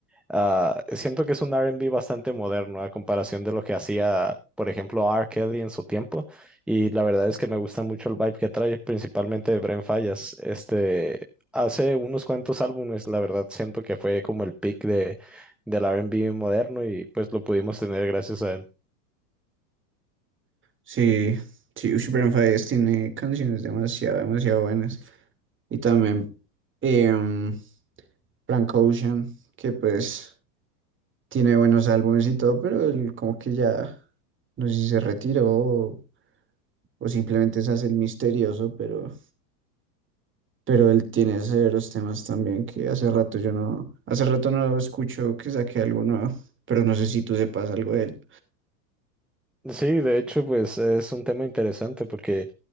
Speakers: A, in the centre; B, on the right (about 25°).
A: ah, siento que es un R&B bastante moderno a comparación de lo que hacía, por ejemplo, R. Kelly en su tiempo. Y la verdad es que me gusta mucho el vibe que trae, principalmente Bren Fallas. Este, hace unos cuantos álbumes, la verdad, siento que fue como el peak de, del R&B moderno y pues lo pudimos tener gracias a él.
B: sí, sí, ush, Brent Faiyaz tiene canciones demasiado, demasiado buenas. Y también em, Frank Ocean, que pues tiene buenos álbumes y todo, pero él como que ya, no sé si se retiró. o simplemente se hace el misterioso, pero, pero él tiene severos temas también que hace rato yo no, hace rato no escucho que saque algo nuevo, pero no sé si tú sepas algo de él.
A: Sí, de hecho, pues es un tema interesante porque